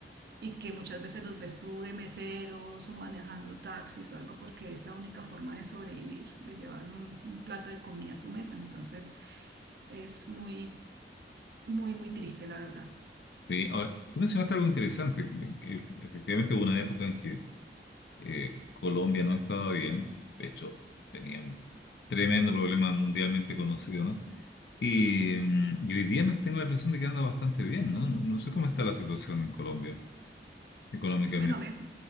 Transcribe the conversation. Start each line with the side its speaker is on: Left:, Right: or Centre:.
Right: y que muchas veces los ves tú de meseros o manejando taxis o algo porque es la única forma de sobrevivir, de llevar un, un plato de comida a su mesa. Entonces es muy, muy, muy triste, la verdad.
Left: Sí, ahora, tú mencionaste algo interesante, que efectivamente hubo una época en que eh, Colombia no estaba bien, de hecho tenía un tremendo problema mundialmente conocido, ¿no? Y, mm, y hoy día me tengo la impresión de que anda bastante bien, ¿no? No, no sé cómo está la situación en Colombia económicamente.
Right: Bueno, ha, me-